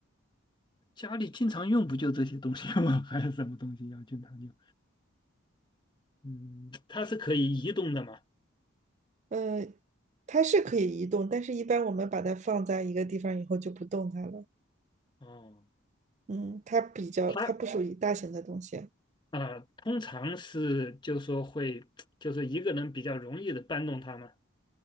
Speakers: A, on the left; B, on the right.
A: 家里经常用不就这些东西吗？<laughs> 还有什么东西要经常用？嗯，它是可以移动的嘛？
B: 嗯，它是可以移动，但是一般我们把它放在一个地方以后就不动它了。
A: 哦，
B: 嗯，它比较，它不属于大型的东西。
A: 它啊，呃通常是就说会，就是一个人比较容易的搬动它嘛。